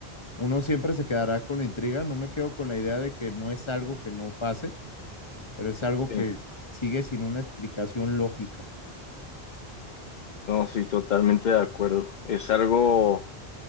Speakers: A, on the left; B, on the left.
A: uno siempre se quedará con la intriga, no me quedo con la idea de que no es algo que no pase, pero es algo
B: Sí,
A: que sigue sin una explicación lógica.
B: no, sí, totalmente de acuerdo. Es algo,